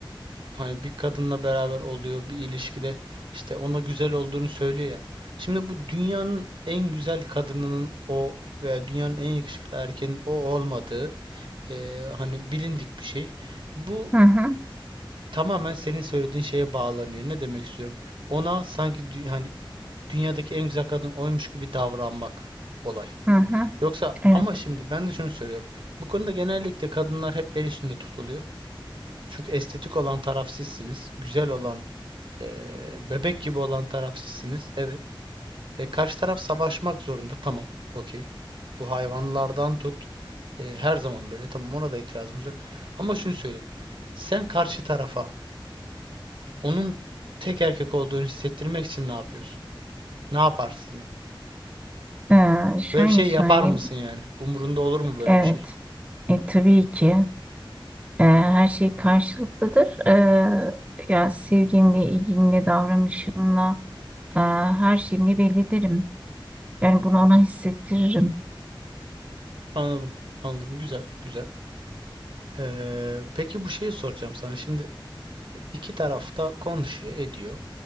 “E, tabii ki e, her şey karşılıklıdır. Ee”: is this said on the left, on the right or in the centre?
Right